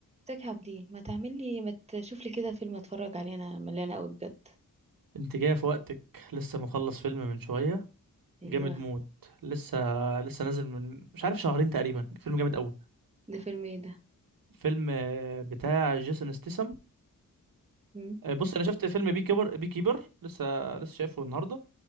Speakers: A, on the right (about 20°); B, on the right (about 65°).
A: تاك عابدين ما تعمل لي ما تشوف لي كده فيلم اتفرج عليه انا ملانه قوي بجد
B: انت جاية في وقتك لسه مخلص فيلم من شوية
A: ايوه
B: جامد موت لسه لسه نازل من مش عارف شهرين تقريبا فيلم جامد قوي
A: ده فيلم ايه ده
B: فيلم آه، بتاع جيسون ستيسم
A: مم.
B: آه، بص انا شفت فيلم بي كيبر بي كيبر لسه لسه شايفه النهارده